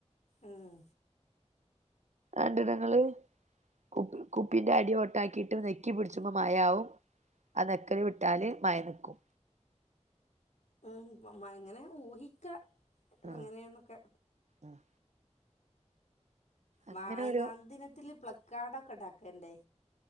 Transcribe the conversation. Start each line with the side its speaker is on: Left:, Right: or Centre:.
Left: ഊം
Right: അതണ്ട്ലെങ്ങെള് കുപ്പ് കുപ്പിന്റെ അടി ഒട്ടാക്കീട്ട് നെക്കി പിട്ച്ചുമ്പം മയാവും ആ നെക്കെല് വിട്ടാല് മയ നിക്കും.
Left: ഉം മമ ഇങ്ങെനെ ഊഹിക്കാ ഇതെങ്ങെനേന്നൊക്കെ
Right: ആഹ് ആഹ് അങ്ങനെ
Left: വായനാ
Right: ഒരു
Left: ദിനത്തില് പ്ലക്കാഡൊക്കെണ്ടാക്കെണ്ടെ